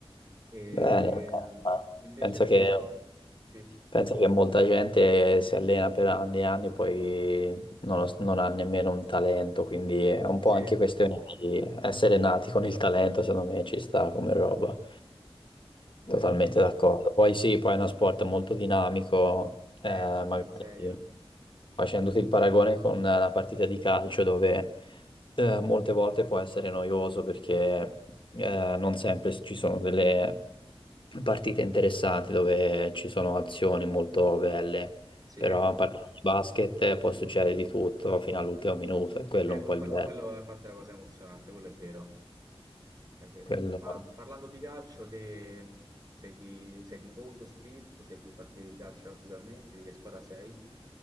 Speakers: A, on the right (about 35°); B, on the left (about 55°).
A: E
B: Bene, eh,
A: ehm, invece
B: penso
A: con
B: che
A: gli sport sì.
B: Penso che molta gente si allena per anni e anni e poi non, lo- non ha nemmeno un talento, quindi è un po'
A: Sì,
B: anche questione di essere nati con il talento, secondo me ci sta come roba, Eh, totalmente d'accordo. Poi sì, poi è uno sport molto dinamico,
A: eh,
B: eh, magari
A: porca miseria.
B: facendoti il paragone con una partita di calcio dove eh, molte volte può essere noioso perché eh, non sempre ci sono delle partite interessanti dove ci sono azioni molto belle,
A: Sì,
B: però
A: eh,
B: parlando di basket può succedere di tutto fino all'ultimo minuto, è quello
A: que-
B: un po' il
A: quello,
B: bello.
A: quello è infatti la cosa emozionante, quello è vero, è vero,
B: quello-
A: è vero. Ma parlando di calcio, te sei, ti- sei tifoso, spinto, segui partite di calcio abitualmente, di che squadra sei?